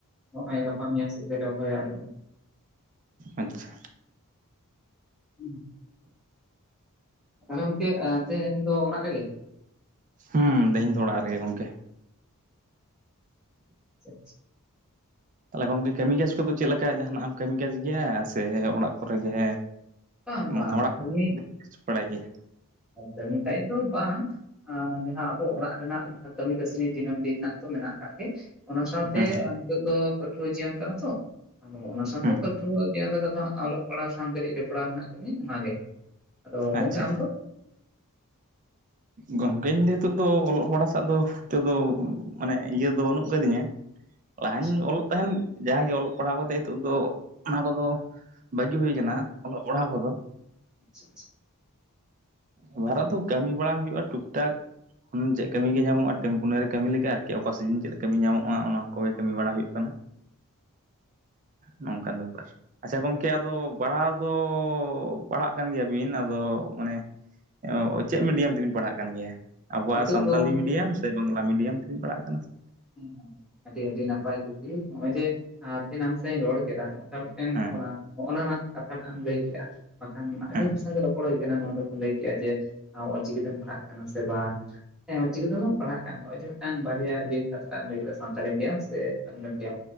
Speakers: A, in the centre; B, on the right.
A: ᱱᱚᱜ ᱚᱭ ᱜᱟᱯᱟ ᱢᱮᱭᱟᱝ ᱥᱮᱫ ᱜᱮᱞᱮ ᱨᱚᱦᱚᱭᱟ ᱟᱞᱮ ᱫᱚ
B: ᱟᱪᱪᱷᱟ
A: ᱦᱩᱸ ᱟᱞᱮ ᱜᱚᱢᱠᱮ ᱛᱮᱦᱮᱧ ᱫᱚ ᱚᱲᱟᱜ ᱨᱮᱜᱮ?
B: ᱦᱩᱸ ᱛᱮᱦᱮᱧ ᱫᱚ ᱚᱲᱟᱜ ᱨᱮᱜᱮ ᱜᱚᱝᱠᱮ
A: ᱟᱪᱪᱷᱟ,
B: ᱛᱟᱦᱞᱮ ᱜᱚᱢᱠᱮ ᱠᱟᱹᱢᱤ ᱠᱟᱡᱽ ᱠᱚᱫᱚ ᱪᱮᱫ ᱞᱮᱠᱟ ᱡᱟᱦᱟᱱᱟᱜ ᱮᱢ ᱠᱟᱹᱢᱤ ᱠᱟᱡ ᱜᱮᱭᱟ ᱥᱮ ᱚᱲᱟᱜ ᱠᱚᱨᱮ ᱜᱮ᱾
A: ᱵᱟᱝ ᱵᱟᱝ
B: ᱢᱟᱱᱮ ᱚᱲᱟᱜ ᱠᱚ
A: ᱠᱟᱹᱢᱤ
B: ᱵᱟᱲᱟᱭ ᱜᱮᱭᱟ
A: ᱠᱟᱹᱢᱤ ᱛᱟᱭ ᱫᱚ ᱵᱟᱝ ᱡᱟᱦᱟᱸ ᱟᱵᱚ ᱚᱲᱟᱜ ᱨᱮᱱᱟᱜ ᱠᱟᱹᱢᱤ ᱠᱟᱹᱥᱱᱤ ᱫᱤᱱᱟᱹᱢ ᱫᱤᱱ ᱨᱮᱱᱟᱜ ᱛᱚ ᱢᱮᱱᱟᱜ ᱠᱟᱜ ᱜᱮ ᱚᱱᱟ ᱥᱟᱶᱛᱮ
B: ᱦᱩᱸ
A: ᱱᱤᱛᱚᱜ ᱫᱚ ᱯᱟᱹᱴᱷᱩᱣᱟᱹ ᱡᱤᱭᱚᱱ ᱠᱟᱱᱟ ᱛᱚ ᱟᱫᱚ ᱚᱱᱟ ᱥᱟᱶᱛᱮ
B: ᱦᱩᱸ
A: ᱯᱟᱹᱴᱷᱩᱣᱟᱹ ᱡᱤᱭᱚᱱ ᱨᱮᱫᱚ ᱚᱞᱚᱜ ᱯᱟᱲᱦᱟᱣ ᱥᱟᱶ ᱠᱟᱹᱴᱤᱡ ᱡᱚᱯᱲᱟᱣ ᱢᱮᱱᱟᱜ ᱫᱤᱧᱟ ᱚᱱᱟᱜᱮ ᱟᱫᱚ ᱜᱚᱝᱠᱮ
B: ᱟᱪᱪᱷᱟ
A: ᱟᱢ ᱫᱚ
B: ᱜᱚᱝᱠᱮ ᱤᱧ ᱫᱚ ᱱᱤᱛᱚᱜ ᱫᱚ ᱚᱞᱚᱜ ᱯᱟᱲᱦᱟᱜ ᱥᱟᱜ ᱫᱚ ᱱᱤᱛᱚᱜ ᱫᱚ ᱢᱟᱱᱮ ᱤᱭᱟᱹ ᱫᱚ ᱵᱟᱹᱱᱩᱜ ᱟᱠᱟᱫᱤᱧᱟ ᱞᱟᱦᱟᱧ
A: ᱟᱪᱪᱷᱟ
B: ᱚᱞᱚᱜ ᱛᱟᱦᱮᱸᱱ ᱡᱟᱦᱟᱸᱜᱮ ᱚᱞᱚᱜ ᱯᱟᱲᱦᱟᱣ ᱠᱟᱛᱮᱫ ᱱᱤᱛᱚᱜ ᱫᱚ ᱚᱱᱟ ᱠᱚᱫᱚ ᱵᱷᱟᱹᱜᱤ ᱦᱩᱭ ᱠᱟᱱᱟ ᱚᱞᱚᱜ ᱯᱟᱲᱦᱟᱣ ᱠᱚᱫᱚ
A: ᱟᱪᱷᱟ ᱟᱪᱷᱟ
B: ᱵᱟᱨᱟ ᱫᱚ ᱠᱟᱹᱢᱤ ᱵᱟᱲᱟ ᱦᱩᱭᱩᱜᱼᱟ ᱴᱩᱠᱼ ᱴᱟᱠ ᱪᱮᱫ ᱠᱟᱹᱢᱤᱜ ᱜᱮ ᱧᱟᱢᱚᱜᱼᱟ ᱴᱮᱢᱯᱳᱱᱟᱨᱤ ᱠᱟᱹᱢᱤ ᱞᱮᱠᱟ ᱟᱨᱠᱤ ᱚᱠᱟ ᱥᱤᱡᱤᱱ ᱪᱮᱫ ᱠᱟᱹᱢᱤ ᱧᱟᱢᱚᱜᱼᱟ ᱚᱱᱟ ᱠᱚᱜᱮ ᱠᱟᱹᱢᱤ ᱵᱟᱲᱟ ᱦᱩᱭᱩᱜ ᱠᱟᱱᱟ ᱱᱚᱝᱠᱟᱱ ᱵᱮᱯᱟᱨ ᱟᱪᱷᱟ ᱜᱚᱝᱠᱮ ᱟᱫᱚ ᱯᱟᱲᱦᱟᱣ ᱫᱚ ᱯᱟᱲᱦᱟᱜ ᱠᱟᱱ ᱜᱮᱭᱟᱵᱤᱱ ᱟᱫᱚ ᱢᱟᱱᱮ ᱪᱮᱫ ᱢᱤᱰᱤᱭᱟᱢ ᱛᱮᱵᱤᱱ ᱯᱟᱲᱦᱟᱜ ᱠᱟᱱ ᱜᱮᱭᱟ ᱟᱵᱚᱣᱟᱜ
A: ᱱᱤᱛᱚᱜ
B: ᱥᱟᱱᱛᱟᱞᱤ
A: ᱫᱚ
B: ᱢᱤᱰᱤᱭᱟ. ᱢ ᱥᱮ ᱵᱟᱝᱞᱟ ᱢᱤᱰᱤᱭᱟᱢ ᱛᱮᱵᱮᱸ ᱯᱟᱲᱦᱟᱜᱼᱟ
A: ᱦᱮᱸ ᱟᱹᱰᱤ ᱟᱹᱰᱤ ᱱᱟᱯᱟᱭ ᱠᱩᱠᱞᱤ ᱱᱚᱜᱼᱚᱭ ᱡᱮ ᱛᱮ ᱟᱢ ᱥᱟᱶ ᱤᱧ ᱨᱚᱲ ᱠᱮᱫᱟ ᱴᱮᱱ
B: ᱦᱮᱸ
A: ᱚᱱᱟ ᱨᱮᱱᱟᱜ ᱠᱟᱛᱷᱟ ᱴᱟᱜ ᱮᱢ ᱞᱟᱹᱭ ᱠᱮᱫ
B: <inaudible>
A: ᱵᱟᱠᱷᱟᱱ ᱟᱹᱰᱤ
B: ᱦᱮᱸ
A: ᱥᱟᱸᱜᱮ ᱨᱚᱯᱚᱲ ᱦᱩᱭ ᱠᱟᱱᱟ ᱱᱚᱣᱟ ᱫᱚᱠᱚ ᱞᱟᱹᱭ ᱠᱮᱜᱼᱟ ᱡᱮ ᱚᱞᱪᱤᱠᱤ ᱛᱮᱢ ᱯᱟᱲᱦᱟᱜ ᱠᱟᱱᱟ ᱥᱮ ᱵᱟᱝ ᱦᱮᱸ ᱚᱞ ᱪᱤᱠᱤ ᱛᱮᱵ ᱯᱟᱲᱦᱟᱜ ᱠᱟᱱᱟᱱᱜ ᱡᱮ ᱢᱤᱫ ᱴᱟᱝ ᱵᱟᱨᱭᱟ ᱤᱭᱟᱹᱛ ᱠᱟᱛᱷᱟ ᱴᱟᱜ ᱮᱢ ᱞᱟᱹᱭ ᱠᱮᱫᱟ ᱥᱟᱱᱛᱟᱞᱤ ᱢᱤᱰᱤᱭᱟ. ᱢ ᱥᱮ ᱵᱟᱝᱞᱟ ᱢᱤᱰᱤᱭᱟ.